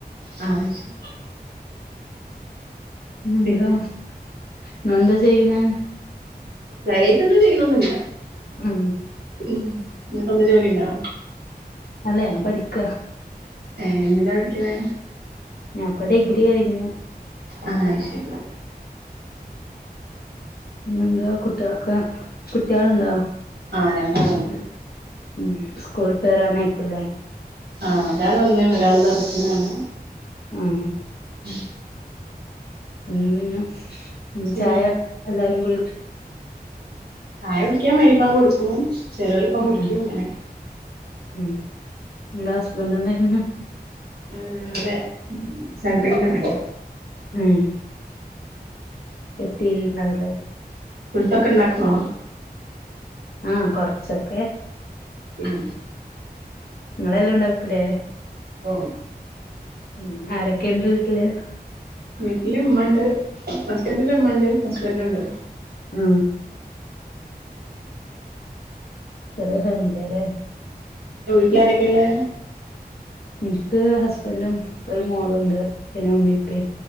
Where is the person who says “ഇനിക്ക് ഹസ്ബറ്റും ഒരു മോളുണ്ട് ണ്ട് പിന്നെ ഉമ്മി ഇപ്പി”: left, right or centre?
Left